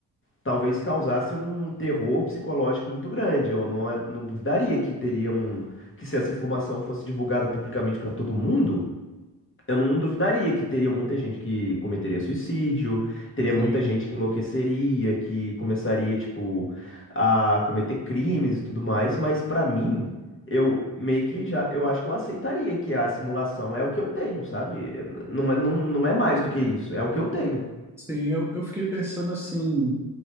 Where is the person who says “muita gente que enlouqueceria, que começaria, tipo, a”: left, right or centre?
Left